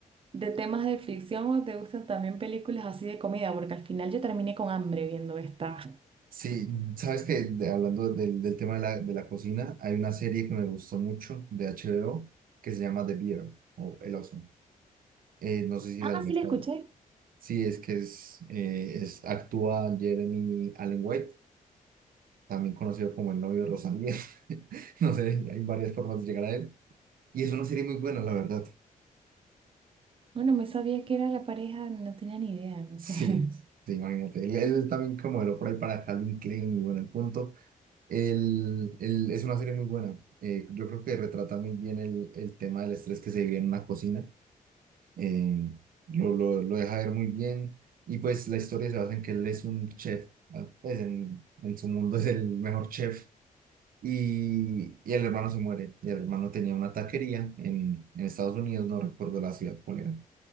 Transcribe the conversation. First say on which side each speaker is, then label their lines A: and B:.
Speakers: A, on the right (about 40°); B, on the right (about 75°).
A: De temas de ficción o te gustan también películas así de comida, porque al final yo terminé con hambre viendo esta.
B: Sí, sabes que hablando del del tema de la, de la cocina, hay una serie que me gustó mucho de HBO que se llama The Bear o El Oso. Eh, no sé si
A: Ah,
B: la viste.
A: sí, la escuché.
B: Sí, es que es, eh, es actúa Jeremy Allen White, también conocido como el novio de Rosalía. <laughs> No sé, hay varias formas de llegar a él. Y es una serie muy buena, la verdad.
A: Bueno, me sabía que era la pareja, no tenía ni idea, no
B: Sí,
A: sé. <laughs>
B: sí, imagínate. Él, él es también como el lo por ahí para Calvin Klein, bueno, el punto. Él, él- es una serie muy buena. Eh, yo creo que retrata muy bien el, el tema del estrés que se vive en una cocina. Eh, lo, lo, lo deja ver muy bien. Y pues la historia se basa en que él es un chef. ah, Pues en, en su mundo es el mejor chef Y, y el hermano se muere. Y el hermano tenía una taquería en, en Estados Unidos, no recuerdo la ciudad cuál era.